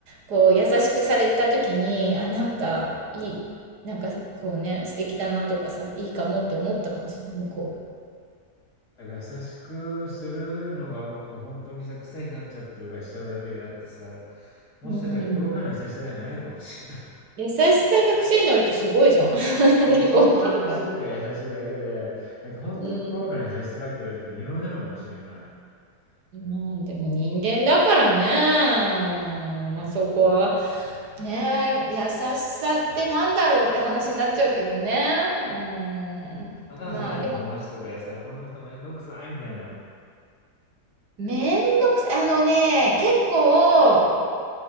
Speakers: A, on the right; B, on the left.
A: こう優しくされた時に、あ、なんかいい。なんかこうね、素敵だなとかさ、いいかもって思ったかもしれない、向こ
B: だから優しくするのが僕本当にさ、癖になっちゃってるからしちゃうだけであってさ、もしかしたら心からの優しさではないのかもしれない。
A: うが。うん。優しさが癖になるってすごいじゃん。<laughs>
B: <laughs> もう習慣化してるから優しいだけで、
A: ね、心が。
B: なんか本当に心からの優しさかって言われると微妙なのかもしれない。
A: うん。まあでも人間だからね。
B: うん。
A: まあそこは。ねえ、優しさってなんだろうって話になっちゃうけどね。うん。
B: 若菜さんいないの友達とかでさ、
A: まあでも、
B: この人めんどくさいみたいな。
A: めんどくさい。あのね、結構、